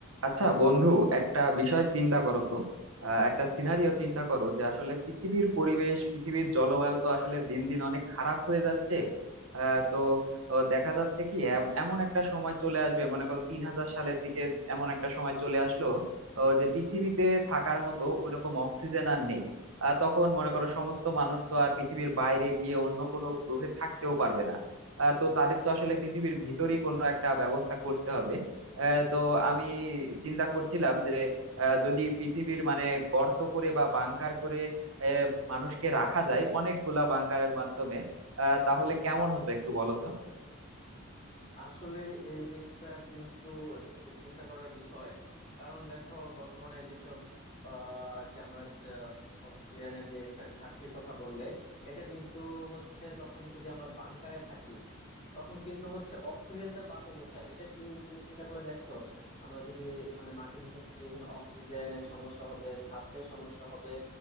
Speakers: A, on the right; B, on the left.
A: আচ্ছা বন্ধু একটা বিষয় চিন্তা করো তো আহ, একটা সিনারিও চিন্তা করো যে আসলে পৃথিবীর পরিবেশ পৃথিবীর জলবায়ু তো আসলে দিন দিন অনেক খারাপ হয়ে যাচ্ছে আহ, তো আহ, দেখা যাচ্ছে কি এম- এমন একটা সময় চলে আসবে মনে করো তিন হাজার সালের দিকে এমন একটা সময় চলে আসলো আহ, যে পৃথিবীতে থাকার মতো ওইরকম অক্সিজেন আর নেই আহ, তখন মনে করো সমস্ত মানুষ তো আর পৃথিবীর বাইরে গিয়ে অন্য কোনো গ্রহে থাকতেও পারবে না আহ, তো তাদের তো আসলে পৃথিবীর ভিতরেই কোনো একটা ব্যবস্থা করতে হবে আহ, তো আমি চিন্তা করছিলাম যে আহ, যদি পৃথিবীর মানে গর্ত করে বা বাংকার করে আহ, মানুষকে রাখা যায় অনেকগুলা বাংকারের মাধ্যমে আহ, তাহলে কেমন হতো একটু বলো তো
B: আসলে এই জিনিসটা কিন্তু একটু চিন্তা করার বিষয় কারণ দেখো বর্তমানে যেসব আহ, আর কি আমরা আহ, অক্সিজেনের যে একটা ঘাটতির কথা বললে এটা কিন্তু হচ্ছে তখন যদি আমরা বাংকারে থাকি তখন কিন্তু হচ্ছে অক্সিজেনটা বাপু কোথায় এটা কি তুমি চিন্তা করে দেখছো আমরা যদি মানে মাটির নিচে থাকি এখানে অক্সিজেনের সমস্যা হবে খাদ্যের সমস্যা হবে